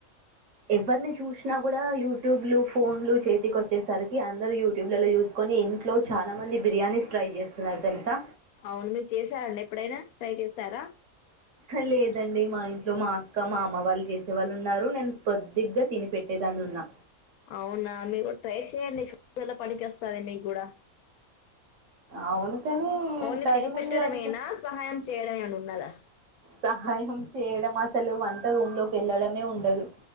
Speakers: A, on the right; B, on the left.
A: ఎవరిని చూసినా కూడా యూట్యూబ్ లు ఫోన్లు చేతికి వచ్చేసరికి అందరు యూట్యూబ్ లో చూసి చూసుకొని ఇంట్లో చాలా మంది బిర్యానీ ట్రై చేస్తున్నారు తెలుసా
B: అవును మీరు చేసారండి ఎప్పుడైనా ట్రై చేస్తారా
A: లేదండి మా ఇంట్లో మా అక్క మా అమ్మ వాళ్ళు చేస్తరు వాళ్ళు ఉన్నారు నేను కొద్దిగా తిని పెట్టేదాన్ని ఉన్నా
B: అవునా మీరు ట్రై చేయండి ఫ్యూచర్లో పనికొస్తాది మీకు కూడా
A: అవును కాని
B: ఓన్లీ
A: టైం
B: తిని పెట్టడమేనా
A: ఉంది అనుకో
B: సహాయం చేయడమేనా ఉన్నదా
A: సహాయం చేయడం అసలు వంట రూమ్ లోకి వెళ్ళడమే ఉండదు